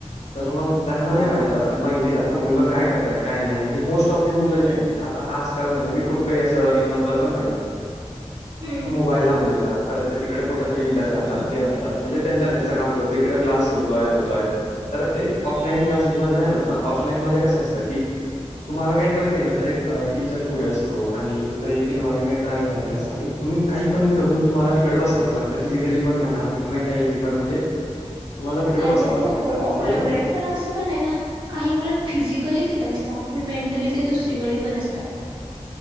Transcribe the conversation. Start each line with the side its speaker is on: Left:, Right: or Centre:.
Left: तर मग त्यांना
Right: हो
Left: नाही माह रा मग इथती राहत ना मुलं काय करतायत काय नाही आणि मोस्ट आ म्हण मी खण
Right: हम्म
Left: बाईल लावून देतात परत ते तिकडे कुठ तरी इंडत राहात ते राहतात म्हणजे त्यांच काम करतो तिकडे क्स होत होतोय तर ते ऑफलाईन क्लासेस मध्ये नाही होत ना ऑफलाईन मध्ये कसं असतं की तुम्हाला काही पण केलं तर एक टीचर पुढे असतो आणि तो एक एन्वयरमेंट तयार झालेलं असतं आणि तुम्ही काही पण करून तुम्हाला तिकड बसावंच लागतं फिजिकली पण म्हणा मेंटॅलिटी पण म्हणजे तुम्हाला तिकडे
Right: अरे
Left: बसावचं लागतात
Right: हो बरोबर
Left: ते
Right: आहे पण असं पण नाही ना काही मुलं फिजिकली तिथं असतात पण मेंटली ते दुसरीकडे पण असतात